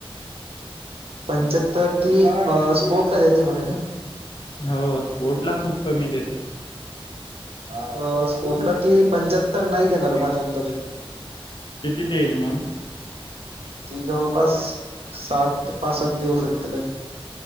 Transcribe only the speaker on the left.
हो स्पोर्ट ला खूप कमी देते.
किती देईल मग